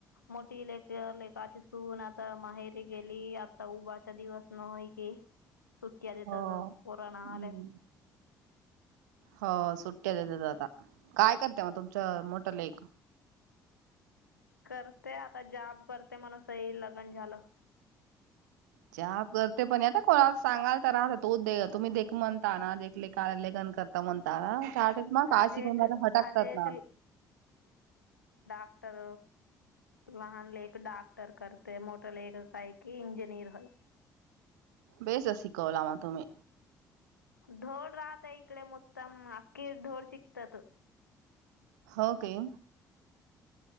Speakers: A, on the left; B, on the right.
A: मोठी लेख लेकाची सून आता माहेरी गेली आता उभाचा दिवस न होय की सुट्टी आल्यात
B: हो
A: पोरानं
B: हम्म
A: नालायत
B: हो सुट्ट्या आता काय करते मग तुमच मोठ लेक
A: करते आता जॉब करते म्हण सही लग्न झालं
B: च करते पण आता कोणाला सांगाल तर राहत तो दे तुम्ही देख म्हणता ना देकले का लेगन करता तमतार चार्टत मा का
A: आज
B: शिक
A: एक
B: हटागतात
A: आज एक
B: ना
A: डक्टर वाहन लेख डाक्टर करते मोठा लेख काय कि इंजिनीयर हाय
B: बेसस शिकवला तुम्ही
A: धोड राहत इकडे मोटाम अखी ढोड शिकतात
B: हो काय